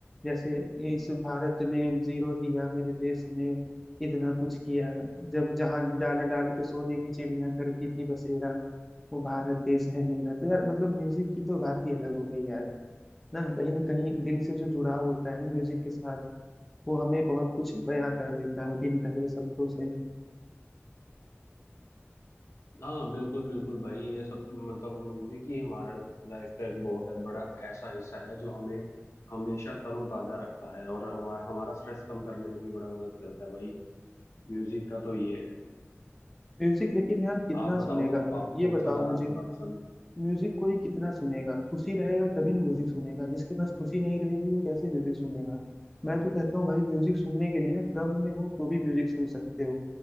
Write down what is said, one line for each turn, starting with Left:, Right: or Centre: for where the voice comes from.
Centre: जैसे इस भारत ने जीरो दिया मेरे देश ने इतना कुछ किया जब जहां डाल डाल पे सोने की चिड़िया करती थी बसेरा वो भारत देश है मेरा तो यार मतलब म्यूजिक की तो बात ही अलग हो गई यार ना कहीं ना कहीं दिल से जो जुड़ाव होता है ना म्यूजिक के साथ वो हमें बहुत कुछ बयां कर देता है बिन कहे शब्दों से
Left: हाँ बिल्कुल बिल्कुल भाई ये सब मतलब म्यूजिक ही हमारे लाइफ का एक बहुत है बड़ा ऐसा हिस्सा है जो हमें हमेशा तरोताजा रखता है और हमारा हमारा स्ट्रेस कम करने में भी बड़ा मदद करता है भाई म्यूजिक का तो ये है
Centre: म्यूजिक लेकिन यार कितना
Left: आप बताओ
Centre: सुनेगा
Left: आप,
Centre: कोई
Left: आप
Centre: ये
Left: कौन
Centre: बताओ
Left: सा गाना
Centre: मुझे
Left: सुनना पसंद
Centre: म्यूजिक कोई कितना सुनेगा खुशी रहेगा तभी
Left: हम्म
Centre: ना म्यूजिक सुनेगा जिसके पास खुशी नहीं रहेगी वो कैसे म्यूजिक सुनेगा मैं तो कहता हूँ भाई म्यूजिक सुनने के लिए ना गम में हो तो भी म्यूजिक सुन सकते हो